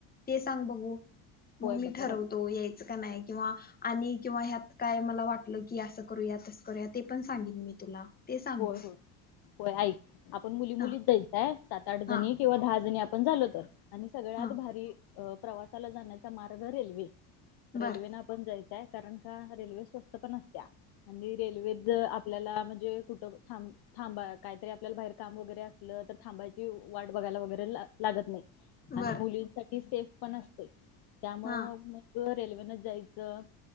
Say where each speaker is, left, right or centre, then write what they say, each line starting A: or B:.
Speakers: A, on the left; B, on the left.
A: ते सांग बघू, मग
B: होय
A: मी
B: बघा
A: ठरवतो
B: बघ
A: यायचं का नाही ते, किंवा आणि किंवा ह्यात काय मला वाटलं की असं करू या तसं करूया, ते पण सांगेन मी तुला. ते सांग
B: होय
A: मग
B: होय होय ऐक, आपण मुली मुलीच
A: हा
B: जायचंय, सात आठ
A: हा
B: जणी किंवा दहा जणी आपण झालो तर, आणि सगळ्यात
A: हा
B: भारी अ प्रवासाला जाण्याचा मार्ग रेल्वे,, रेल्वे
A: बर
B: नं आप पण जायचय, कारण का रेल्वे स्वस्त पण असत्या, आणि रेल्वेेत आपल्याला म्हणजे कु त थांब थांबा, काहीतरी आपल्याला बाहेर काम वगैरे असलं तर, थांबायची वाट बघायला वगैरे लागत नाही. आणि
A: बर
B: मुलींसाठी सेफ पण असतय, त्यामुळं
A: हा
B: मग मग रेल्वेनच जायचं